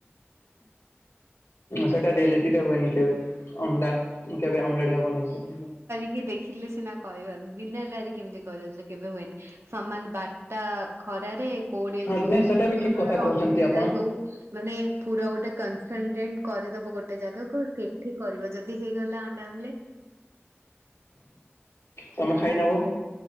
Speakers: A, on the left; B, on the right.
A: ସେଟା ରିୟଲିଟି ଟା ହୁଏନି କେବେ ଅଣ୍ଡା କେବେ ଅମେଲେଟ ହବନି ସେ
B: କିଏ ଦେଖିଲେ ସିନା କହିବ ବିନାଟାର କେମିତି କହିଦଉଚ କେବେ ହୁଏନି ସମାନ ବାଟ ତା ଖରାରେ କୋଉଠେ
A: ହଁ
B: ଯୋଉ
A: ନାଇଁ ସେଟା
B: ସୂର୍ଯ୍ୟଙ୍କର
A: ବି ଠିକ କଥା
B: ରଶ୍ମିଟା
A: କହୁଛନ୍ତି ଆପଣ
B: ଯୋଉ ମାନେ ପୁରା ଗୋଟେ କନସଲଟେଣ୍ଟ କରିଦବ ଗୋଟେ ଜାଗାକୁ ସେ ଠିକି କରିବ ଯଦି ହେଇଗଲା ଅଣ୍ଡା ଆମ୍ଲେଟ୍।
A: ତମେ ଖାଇ ନବ।